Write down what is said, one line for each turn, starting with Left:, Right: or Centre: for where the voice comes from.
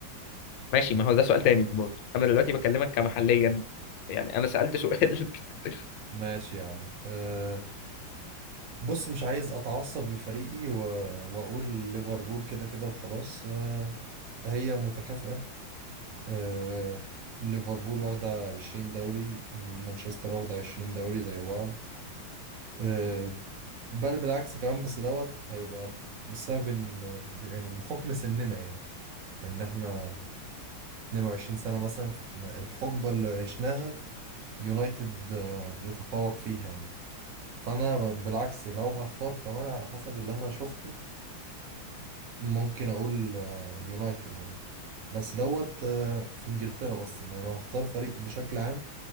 Left: ماشي ما هو ده سؤال تاني برضه انا دلوقتي بكلمك كمحليا يعني انا سألت سؤال <laughs>
Right: ماشي يا عم آه بص مش عايز اتعصب لفريقي و... واقول ليفربول كده كده وخلاص آه هي متكافئة آه، ليفربول واخدة 20 دوري مانشستر واخدة 20 دوري زي بعض آه، بل بالعكس كمان بس دوت هيبقى بسبب ان يعني بحكم سننا يعني ان احنا 22 سنة مثلا فاحنا الحقبة اللي عشناها يونايتد آه، يتفوق فيها يعني فانا بالعكس لو هختار كمان على حسب اللي انا شفته ممكن اقول آه، يونايتد يعني بس دوت آه، في انجلترا بس انا لو هختار فريق بشكل عام